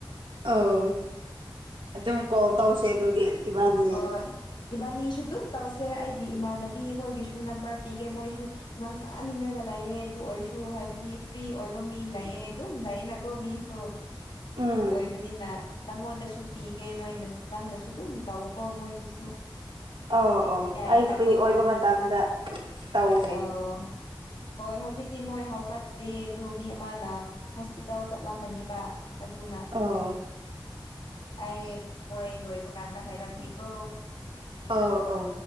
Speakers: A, on the right (about 80°); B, on the left (about 75°).
A: ꯑꯧ ꯑꯗꯨꯝ ꯀꯣꯜ
B: ꯅꯪ
A: ꯇꯧꯁꯦ ꯑꯗꯨꯗꯤ ꯑꯗꯨ ꯏꯕꯥꯅꯤ
B: ꯍꯣꯏ ꯏꯕꯥꯅꯤꯁꯨ ꯑꯗꯨꯝ ꯇꯧꯁꯦ ꯑꯩꯒꯤ ꯏꯃꯥꯟꯅꯕꯤ ꯑꯩꯈꯣꯏꯒꯤꯁꯨ ꯅꯝꯕꯔ ꯄꯤꯒꯦ ꯃꯣꯏꯁꯨ ꯉꯥꯡꯅ ꯅꯤꯡꯉꯒ ꯂꯩꯑꯦ ꯑꯗꯨ ꯑꯣꯏꯔꯁꯨ ꯍꯥꯏꯕ ꯗꯤ ꯐ꯭ꯔꯤ ꯑꯣꯏꯕ ꯃꯤ ꯂꯩꯌꯦ ꯑꯗꯨꯝ ꯂꯩꯌꯦꯅꯀꯣ ꯃꯤꯁꯨ
A: ꯎꯝ
B: ꯑꯗꯨ ꯑꯣꯏꯕꯅꯤꯅ ꯅꯪꯉꯣꯟꯗꯁꯨ ꯄꯤꯒꯦ ꯅꯣꯏꯅ ꯅꯪꯅꯁꯨ ꯑꯗꯨꯝ ꯇꯧꯀꯣ ꯃꯣꯏꯕꯨꯁꯨ
A: ꯑꯧ ꯑꯧ
B: ꯌꯥꯏꯌꯦꯅꯀꯣ
A: ꯑꯩ ꯐ꯭ꯔꯤ ꯑꯣꯏꯕ ꯃꯇꯝꯗ ꯇꯧꯒꯦ
B: ꯑꯧ ꯍꯣꯏ ꯍꯧꯖꯤꯛꯇꯤ ꯃꯣꯏ ꯍꯧꯒꯠꯇ꯭ꯔꯤ ꯑꯗꯨ ꯃꯤ ꯑꯃꯅ ꯍꯣꯁꯄꯤꯇꯥꯜ ꯆꯠꯂꯝꯃꯅꯤꯕ ꯑꯗꯨꯅ
A: ꯑꯣ
B: ꯑꯩ ꯃꯣꯏ ꯂꯣꯏꯕ ꯀꯥꯟꯗ ꯍꯥꯏꯔꯛꯀꯦꯀꯣ
A: ꯑꯣ ꯑꯣ